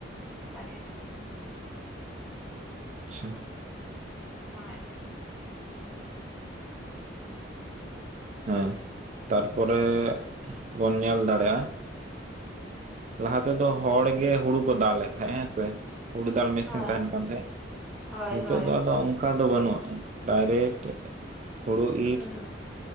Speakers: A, in the centre; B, on the right.
A: ᱵᱟᱨᱭᱟ ᱦᱩᱭ ᱱᱟ
B: ᱟᱪᱪᱷᱟ
A: ᱦᱚᱭ
B: ᱦᱮᱸ ᱛᱟᱨᱯᱚᱨᱮ ᱵᱚᱱ ᱧᱮᱞ ᱫᱟᱲᱮᱭᱟᱜᱼᱟ ᱞᱟᱦᱟ ᱛᱮᱫᱚ ᱦᱚᱲ ᱜᱮ ᱦᱩᱲᱩ ᱠᱚ ᱫᱟᱞᱮᱫ ᱛᱟᱦᱮᱸᱜ ᱦᱮᱸᱥᱮ ᱦᱩᱲᱩ ᱫᱟᱞ ᱢᱮᱥᱤᱱ
A: ᱦᱳᱭ
B: ᱛᱟᱦᱮᱱ ᱠᱟᱱ ᱛᱟᱸᱦᱮᱸ
A: ᱦᱳᱭ
B: ᱱᱤᱛᱚᱜ
A: ᱦᱳᱭ
B: ᱫᱚ ᱟᱫᱚ ᱚᱱᱠᱟ ᱫᱚ ᱵᱟᱱᱩᱜᱼᱟ ᱰᱟᱭᱨᱮᱠᱴ ᱦᱩᱲᱩ
A: ᱩᱸ
B: ᱤᱨ